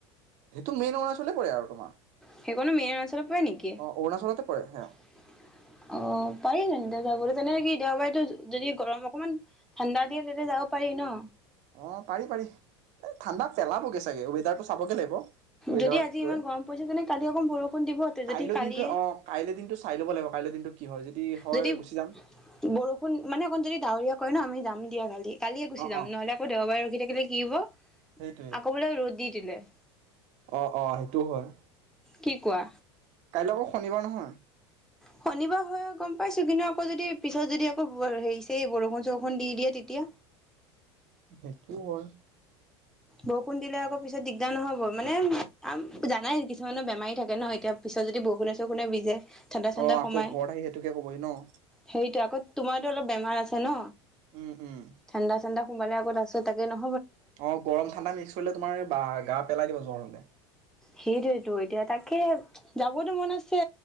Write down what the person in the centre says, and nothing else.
সেইকনো মেইন ৰাস্তাটে পৰে নিকি?
অ', পাৰি তেন্তে যাবলে। যেনে কি দেওবাৰেটো যদি গৰম অকমান ঠাণ্ডা দিয়ে তেতিয়া যাব পাৰি ন?
যদি আজি
ইমান গৰম পৰিছে তেনে কালি অকণ বৰষুণ দিব যদি
কালিয়ে
যদি
বৰষুণ মানে অকণ যদি ডাৱৰীয়া কৰে ন আমি যাম। দিয়া ভালেই। কালিয়ে গুচি
যাম
নহলে আকৌ দেওবাৰে ৰখি থাকিলে কি হ'ব
আকৌ বোলে ৰ'দ দি দিলে। <unintelligible>
কি কোৱা?
শনিবাৰ হয় গম পাইছো, কিন্তু আকৌ যদি পিছত যদি আকৌ হেৰি চেৰী বৰষুণ চৰষুণ দি দিয়ে তেতিয়া?
বৰষুণ দিলে আকৌ পিছত দিগদাৰ নহ'ব? মানেম জানাই কিছুমানৰ বেমাৰী থাকে ন এতিয়া পিছত যদি বৰষুণে চৰষুণে ভিজে। ঠাণ্ডা ঠাণ্ডা
সোমাই
সেইটো আকৌ তোমাৰতো অলপ বেমাৰ আছে ন?
ঠাণ্ডা ঠাণ্ডা সোমালে আক' তাইছত তাকে নহ?
সেইটোয়েতো এতিয়া তাকে যাবতো মন আছে,